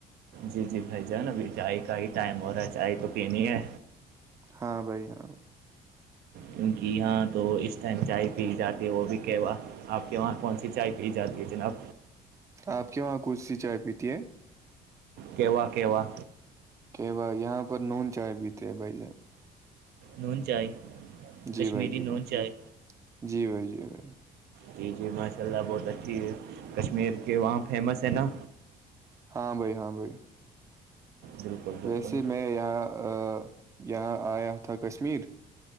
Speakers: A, on the right; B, on the right.
A: جی جی بھائی جان ابھی چائے کا ہی ٹائم ہو رہا ہے چائے تو پینی ہے
B: ہاں بھائی ہاں
A: کیونکہ یہاں تو اس ٹائم چائے پی جاتی ہے وہ بھی کیہوا آپ کے وہاں کون سی چائے پی جاتی ہے جناب
B: آپ کے وہاں کون سی چائے پیتی ہے
A: کہوا کہوا
B: کہوا یہاں پر نون چائے پیتے ہیں بھائی جان
A: نون چائے
B: جی
A: کشمیری
B: بھائی جی بھائی
A: نون چائے
B: جی بھائی جی بھائی
A: جی جی ماشاء اللہ بہت اچھی ہے کشمیر کے وہاں فیمس ہے نا
B: ہاں بھائی ہاں بھائی
A: بالکل بالکل
B: ویسے میں یہاں یہاں آیا تھا کشمیر